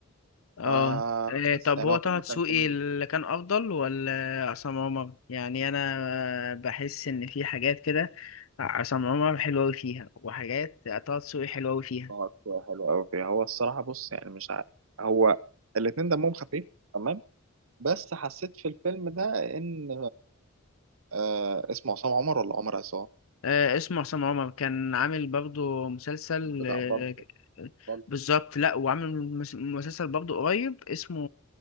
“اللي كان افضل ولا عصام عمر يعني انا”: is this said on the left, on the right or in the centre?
Left